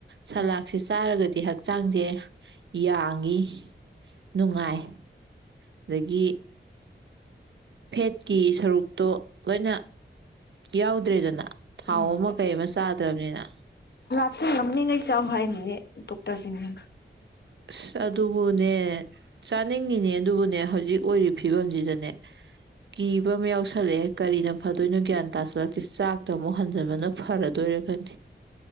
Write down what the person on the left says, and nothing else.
ꯑꯥ
ꯎꯝ
ꯑꯩ ꯉꯝꯅꯤꯉꯩ ꯆꯥꯎ ꯍꯥꯏꯕꯅꯦ ꯗꯣꯛꯇꯔꯁꯤꯡꯅ